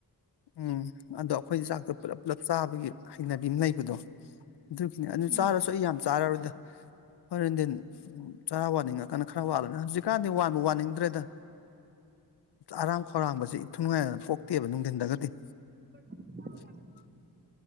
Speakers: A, on the left (about 85°); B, on the right (about 25°).
A: ꯎꯝ ꯑꯗꯣ ꯑꯩꯈꯣꯏꯒꯤ ꯆꯥꯛꯇꯣ ꯄꯨꯂꯞ ꯄꯨꯂꯞ ꯆꯥꯕꯒꯤ ꯍꯩꯅꯕꯤ ꯑꯃ ꯂꯩꯕꯗꯣ ꯑꯗꯨꯒꯤꯅꯦ ꯑꯗꯨ
B: ꯎꯝ
A: ꯆꯥꯔꯁꯨ ꯑꯩ ꯌꯥꯝ ꯆꯥꯔꯔꯣꯏꯗ ꯍꯣꯔꯦꯟꯅꯨꯡꯗꯤꯟ ꯆꯔꯥ ꯋꯥꯅꯤꯡꯉꯛꯀꯥꯟꯅ ꯈꯔ ꯋꯥꯠꯂꯣꯅꯦ ꯍꯧꯖꯤꯛꯀꯥꯟꯗꯤ ꯋꯥꯟꯕ ꯋꯥꯅꯤꯡꯗ꯭ꯔꯦꯗ ꯑꯔꯥꯝ ꯈꯧꯔꯥꯡꯕꯁꯦ ꯏꯊꯨꯡꯉꯥꯏꯅ ꯄꯣꯛꯇꯦꯕ ꯅꯨꯡꯊꯤꯟꯗꯒ ꯑꯦ
B: <inaudible> <unintelligible>
A: <inaudible> <unintelligible>